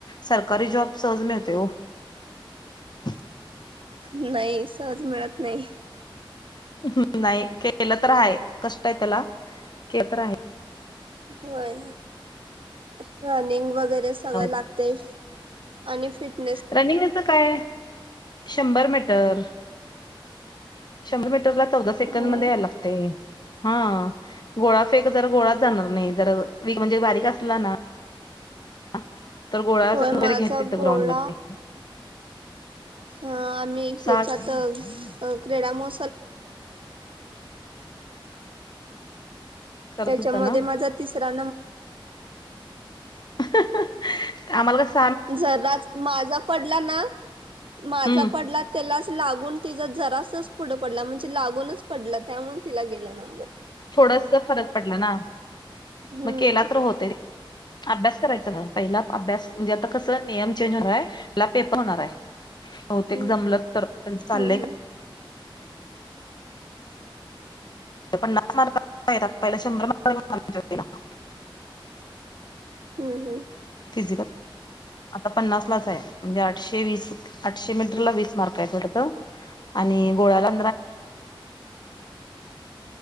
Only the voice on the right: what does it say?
नाही सहज, मिळत नाही.
होय रनिंग वगैरे सगळं लागते
आणि फिट,
होय.
होय
माझा
गोळा
हा आम्ही
ह्याच्यात, अ किडा,
त्याच्यामध्ये
माझा तिसरा,
जर माझा पडला ना, माझा
पडला त्याला, लागून तिचा जरासच पुढं पडला, म्हणजे लागूनच पडला त्यामुळेून तिला गेला नंबर.
हम्म
हम्म
हम्म हम्म
हम्म हम्म